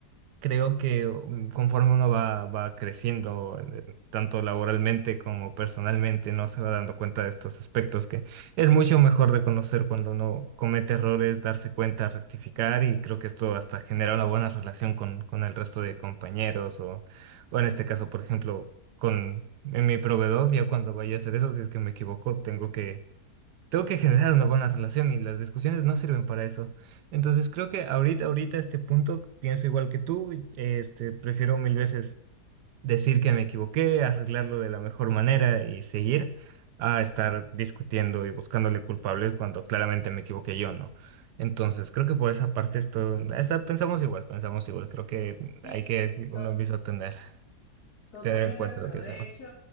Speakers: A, on the right (about 85°); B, on the left (about 70°).
A: Creo que um, conforme uno va, va creciendo, eh, tanto laboralmente como personalmente, no se va dando cuenta de estos aspectos que es mucho mejor reconocer cuando uno comete errores, darse cuenta, rectificar y creo que esto hasta genera una buena relación con, con el resto de compañeros o, o en este caso, por ejemplo, con en mi proveedor, ya cuando vaya a hacer eso, si es que me equivoco, tengo que tengo que generar una buena relación y las discusiones no sirven para eso. Entonces creo que ahorita, ahorita, a este punto, pienso igual que tú, este, prefiero mil veces decir que me equivoqué, arreglarlo de la mejor manera y seguir a estar discutiendo y buscándole culpables cuando claramente me equivoqué yo, ¿no? Entonces creo que por esa parte esto, esta- pensamos igual, pensamos igual, creo que
B: Sí,
A: hay que uno
B: to-
A: mismo tener,
B: Totalmente
A: tener en cuenta
B: de acuerdo.
A: lo que hacemos.
B: De hecho,